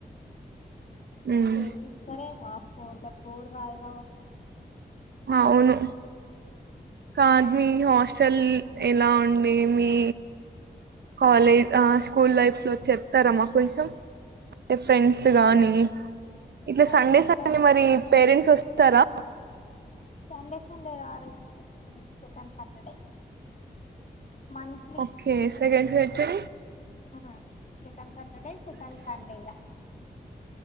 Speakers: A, on the right; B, on the left.
A: ఉమ్
B: ఏమి ఇస్తారో ఏమో అప్ ఫోన్ల బోర్ రాదుగా
A: అవును కాదు మీ హాస్టల్ ఎలా ఉండే మీ కాలేజ్ స్కూల్ లైఫ్ లో చెప్తార మాకు కొంచెం ఫ్రెండ్స్ గానీ ఇట్లా
B: స్కూల్
A: సండేస్
B: లైఫ్
A: అ
B: లో మస్తు
A: మరి
B: ఎంజాయ్
A: పేరెంట్స్ వస్తారా
B: సండే సండే రారు గని second Saturday monthly
A: okay second సెటు
B: హు సెకండ్ సాటర్డే సెకండ్ సండె ఇగ